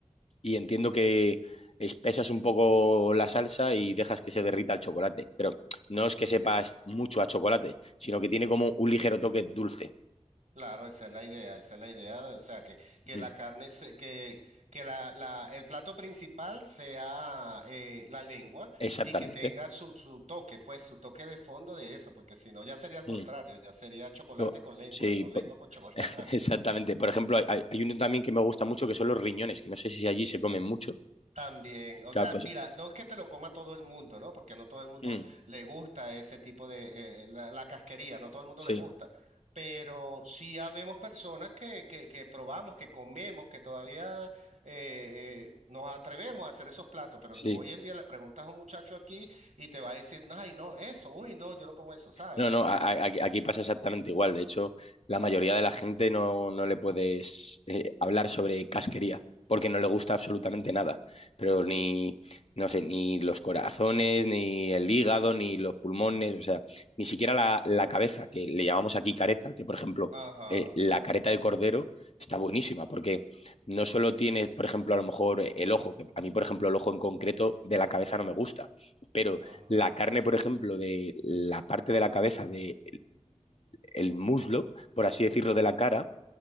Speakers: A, on the left; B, on the right.
A: y entiendo que espesas un poco la salsa y dejas que se derrita el chocolate. Pero no es que sepas mucho a chocolate, sino que tiene como un ligero toque dulce.
B: Claro, esa es la idea, esa es la idea, o sea, que, que
A: Ujú.
B: la carne, se- que, que la, la- el plato principal sea eh, la lengua
A: Exactamente.
B: y que tenga su, su toque, pues su toque de fondo de eso, porque si no ya sería al
A: Mm.
B: contrario, ya sería chocolate
A: Yo-
B: con lengua,
A: Sí,
B: no lengua
A: po-
B: con chocolate.
A: <laughs> exactamente. Por ejemplo, hay, hay- hay uno también que me gusta mucho que son los riñones, que no sé si allí se comen mucho.
B: También, o
A: Claro,
B: sea,
A: pues,
B: mira, no es que te lo coma todo el mundo, ¿no? Porque no todo el mundo
A: mm,
B: le gusta ese tipo de, eh, eh, la, la casquería, no todo el mundo
A: sí,
B: le gusta. Pero sí habemos personas que, que, que probamos, que comemos, que todavía eh, eh, nos atrevemos a hacer esos platos. Pero
A: sí.
B: tú hoy en día le preguntas a un muchacho aquí y te va a decir, ay, no, eso, uy, no, yo no como eso, ¿sabes?
A: No,
B: Entonces,
A: no, a- a- aquí aquí pasa exactamente igual. De hecho, la mayoría de la gente no, no le puedes eh, hablar sobre casquería, porque no le gusta absolutamente nada. Pero ni, no sé, ni los corazones, ni el hígado, ni los pulmones, o sea, ni siquiera la, la cabeza, que le llamamos aquí careta, que por ejemplo,
B: ajá,
A: eh, la careta de cordero está buenísima, porque no solo tienes, por ejemplo, a lo mejor el ojo, que a mí, por ejemplo, el ojo en concreto de la cabeza no me gusta, pero
B: ajá,
A: la carne, por ejemplo, de la parte de la cabeza, del el muslo, por así decirlo, de la cara,